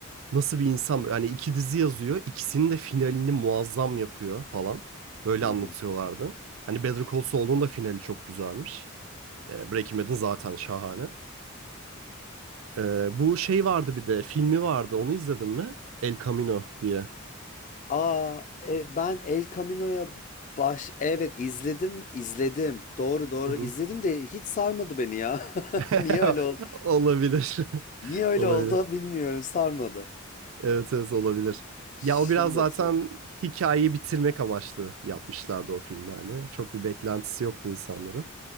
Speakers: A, on the right (about 70°); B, on the left (about 35°).
A: Nasıl bir insan yani iki dizi yazıyor. ikisinin de finalini muazzam yapıyor falan. Böyle
B: Hı
A: anlatıyorlardı.
B: hı.
A: Hani Better Call Saul'un da finali çok güzelmiş. Ee, Breaking Bad'in zaten şahane. Ee, bu şey vardı bir de filmi vardı. Onu izledin mi? El Camino diye.
B: Aa, e, ben El Camino'ya baş... Evet izledim, izledim. Doğru doğru
A: Hı hı.
B: izledim de hiç sarmadı beni ya. <laughs>
A: <laughs>
B: Niye öyle oldu?
A: Olabilir. <laughs>
B: Niye öyle
A: Olabilir.
B: oldu bilmiyorum, sarmadı.
A: Evet evet olabilir.
B: Şimdi
A: Ya o biraz zaten
B: hatırladım.
A: hikayeyi bitirmek amaçlı yapmışlardı o filmi hani. Çok bir beklentisi yoktu insanların.